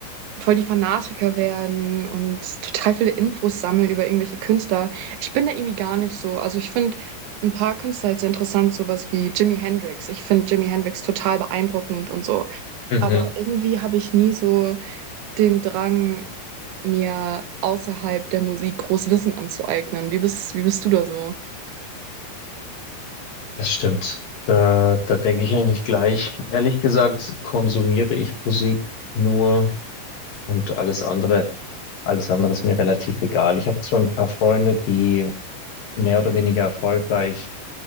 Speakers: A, on the right; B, on the left.
A: voll die Fanatiker werden und total viele Infos sammeln über irgendwelche Künstler. Ich bin da irgendwie gar nicht so. Also ich finde ein paar Künstler jetzt interessant, sowas wie Jimi Hendrix. Ich finde Jimi Hendrix total beeindruckend und so.
B: Mhm,
A: Aber irgendwie habe ich nie so den Drang, mir außerhalb der Musik groß Wissen anzueignen. Wie bist, wie bist du da so?
B: das stimmt. Da, da denke ich eigentlich gleich. Ehrlich gesagt, konsumiere ich Musik nur und alles andere, alles andere ist mir relativ egal. Ich habe zwar ein paar Freunde, die mehr oder weniger erfolgreich